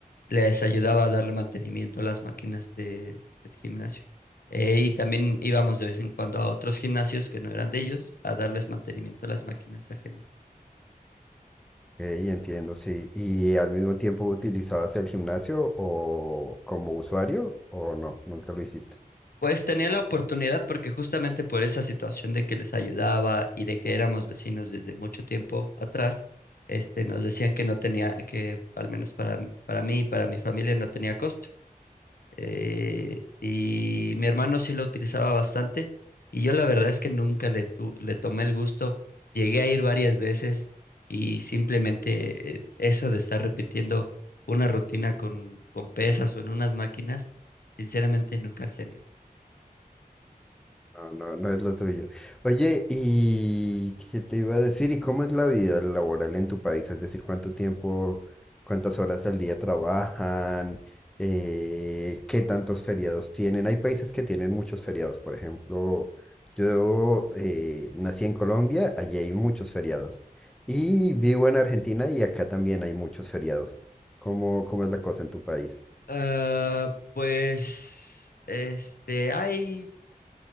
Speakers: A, on the left (about 75°); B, in the centre.
A: les ayudaba a darle mantenimiento a las máquinas de, del gimnasio. Eh, y también íbamos de vez en cuando a otros gimnasios que no eran de ellos a darles mantenimiento a las máquinas ajenas.
B: Ok, entiendo, sí. ¿Y al mismo tiempo utilizabas el gimnasio o como usuario o no? Nunca lo hiciste.
A: Pues tenía la oportunidad porque justamente por esa situación de que les ayudaba y de que éramos vecinos desde mucho tiempo atrás, este, nos decían que no tenía, que al menos para, para mí y para mi familia no tenía costo. eh, y mi hermano sí lo utilizaba bastante y yo la verdad es que nunca le, tu- le tomé el gusto. Llegué a ir varias veces y simplemente eh, eso de estar repitiendo una rutina con, con pesas o en unas máquinas, sinceramente nunca se me dio.
B: No, no, no es lo tuyo. Oye, ¿y qué te iba a decir? ¿Y cómo es la vida laboral en tu país? Es decir, ¿cuánto tiempo, cuántas horas al día trabajan? Eh, ¿qué tantos feriados tienen? Hay países que tienen muchos feriados. Por ejemplo, yo eh, nací en Colombia, allí hay muchos feriados. Y vivo en Argentina y acá también hay muchos feriados. ¿Cómo, cómo es la cosa en tu país?
A: Ah, pues, este, hay,